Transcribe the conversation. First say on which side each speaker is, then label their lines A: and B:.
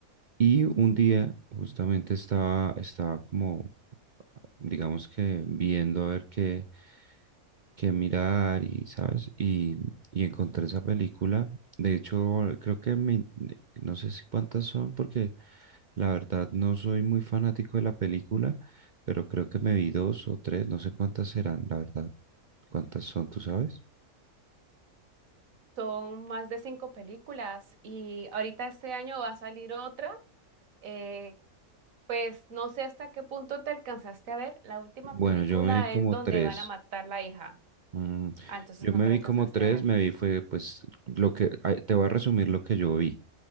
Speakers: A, on the right; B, on the right.
A: Y un día justamente estaba, estaba como, digamos que viendo a ver qué, que mirar y, ¿sabes? Y, y encontré esa película. De hecho, creo que me, no sé si cuántas son, porque la verdad no soy muy fanático de la película, pero creo que me vi dos o tres, no sé cuántas serán, la verdad. ¿Cuántas son, tú sabes?
B: Son más de cinco películas y ahorita este año va a salir otra. eh, pues no sé hasta qué punto te alcanzaste a ver. La última
A: Bueno,
B: película
A: yo me vi como
B: es donde
A: tres.
B: van a matar la hija.
A: Mm,
B: Ah, entonces
A: yo
B: no
A: me
B: te
A: vi
B: la alcanzaste
A: como tres,
B: a ver.
A: me vi fue pues lo que, ay, te voy a resumir lo que yo vi,